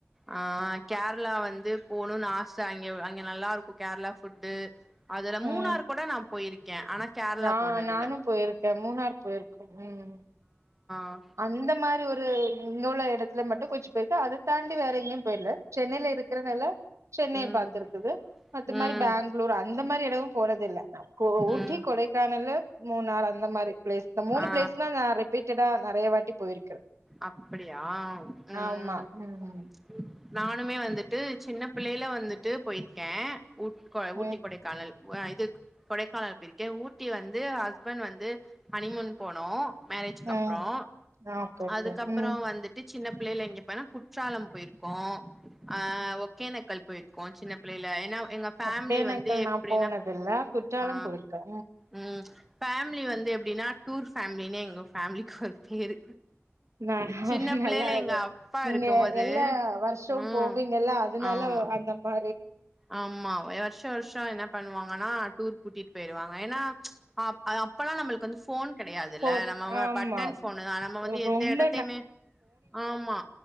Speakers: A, in the centre; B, on the right.
A: ஆ கேரளா வந்து போணுன்னு ஆச அங்க அங்க நல்லா இருக்கு கேரளா ஃபுட்டு அதுல
B: ம்
A: மூணார் கூட நா போயிருக்கே ஆனா கேரளா
B: நா
A: போனதில்ல
B: நானு போயிருக்கே மூணார் போயிருக்கே ம்
A: ஆ
B: அந்த மாரி ஒரு இங்க உள்ள எடத்துல மட்டும் கொஞ்ச போயிருக்க அத தாண்டி வேற எங்கயு போயிரல சென்னைல இருக்கறனால சென்னை
A: ம்
B: பாத்துருக்குது மத்த
A: ம்
B: மாரி பேங்களூர் அந்த மாரி எ துவு போறதில்ல நா கொ ஊட்டி
A: ம்
B: கொடைக்கானலு மூணாறு அந்த மாரி பிளேஸ்தா மூணு
A: ஆ
B: பிளேஸ்தா நா ரிப்பீட் டடா நெறைய வாட்டி போயிரு
A: அப்பிடியா ம்
B: ஆமா ம்
A: ம் நானுமே வந்துட்டு சின்னப் பிள்ளைைல வந்துட்டு போயிருக்கே ஊட் கொ ஊட்டி
B: ம்
A: கொடைக்கானல் ஆ இது க் கொடைக்கானல் போயிருக்கேன் ஊட்டி வந்து ஹஸ்பண்ட் வந்து ஹனிமூன் போனோ மேரேஜ்கப்றோ
B: ம் ஓகே ஓகே
A: அதுக்கப்புறோ
B: ம்
A: வந்துட்டு சின்னப்பிள்ளைல இங்க அப்பறோ குற்றாலம் போயிருக்கோ ஆ ஒக்கேனக்கல் போயிரு க்கோ சின்ன பிள்ளைல ஏன்னா எங்க ஃபேமிலி
B: ஒகேனக்கல்
A: வந்து எப்பிடின்னா
B: நா போனதில்ல குற்றாலம்
A: ஆ
B: போயிருக்கே
A: ம் ஃபே ஃபேமிலி வந்து எப்டினா டூர் ஃபேமிலினே எங்க ஃபேமிலிக்கு ஒரு பேரு
B: ந
A: சின்ன பிள்ளைல
B: நல்லா
A: எங்க
B: இது
A: அப்பா
B: நீங்க
A: இருக்கும் போது
B: எல்லா வருஷமு
A: ம்
B: போவீங்கல்ல அதனால
A: ஆமா
B: அந்த மா
A: ஆமா எ வர்ஷோ வர்ஷோ என்ன பண்ணுவாங் ஆனா டூர் கூட்டிட்டு போயிருவாங்க. ஏன்னா அப் அது அப்பெல்லா நம்மளுக்கு வந்து ஃபோன் கெடையாதுல்ல
B: போன்
A: நம்ம அ
B: ஆமா
A: பட்டன் ஃபோனுதா நம்ம வந்து எந்த
B: ரொம்ப
A: எடத்தையுமே ஆமா